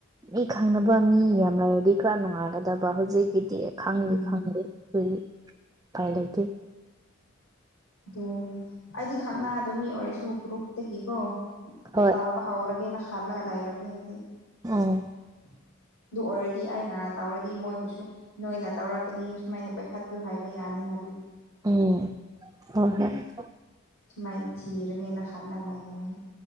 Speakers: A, on the right; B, on the left.
A: ꯃꯤ ꯈꯪꯅꯕ ꯃꯤ ꯌꯥꯝ ꯂꯩꯔꯗꯤ ꯈꯔ ꯅꯨꯡꯉꯥꯏꯔꯗꯕ ꯍꯧꯖꯤꯛꯀꯤ ꯈꯪꯗꯦ
B: ꯎꯝ
A: ꯈꯪꯗꯦ ꯑꯗꯨꯒꯤ ꯎꯄꯥꯏ ꯂꯩꯇꯦ
B: ꯑꯗꯨꯅꯦ ꯑꯩꯗꯤ ꯈꯪꯅ ꯑꯗꯨꯅꯤ ꯑꯣꯏꯔꯁꯨ ꯒ꯭ꯔꯨꯞꯇꯒꯤꯀꯣ
A: ꯍꯣꯏ
B: ꯇꯥꯎꯕ ꯍꯥꯎꯔꯒꯦꯅ ꯈꯜꯂꯒ ꯂꯩꯔꯕꯅꯤ ꯍꯧꯖꯤꯛ
A: ꯑꯥ
B: <unintelligible> ꯑꯗꯨ ꯑꯣꯏꯔꯗꯤ ꯑꯩꯅ ꯇꯧꯔꯗꯤ ꯃꯣꯏꯕꯨꯁꯨ ꯅꯣꯏꯅ ꯇꯧꯔꯛꯀꯅꯤ ꯁꯨꯃꯥꯏꯅ ꯄꯥꯏꯈꯠꯄꯤꯌꯨ ꯍꯥꯏꯕ ꯌꯥꯅꯤꯅ ꯑꯗꯨ
A: ꯎꯝ ꯍ ꯍꯣꯏ
B: ꯁꯃꯥꯏꯅ ꯊꯤꯔꯒꯅꯥ ꯈꯥꯂꯥꯗꯥꯅ ꯀꯅꯤ